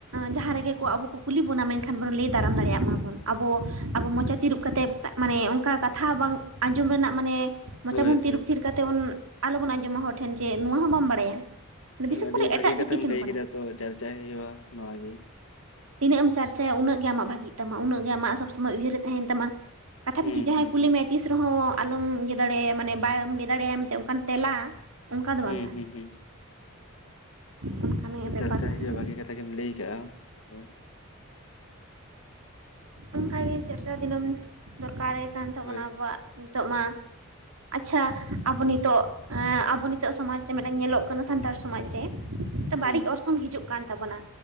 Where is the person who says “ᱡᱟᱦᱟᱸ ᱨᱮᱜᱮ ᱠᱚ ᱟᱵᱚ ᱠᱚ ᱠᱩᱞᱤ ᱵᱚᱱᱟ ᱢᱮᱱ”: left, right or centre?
Right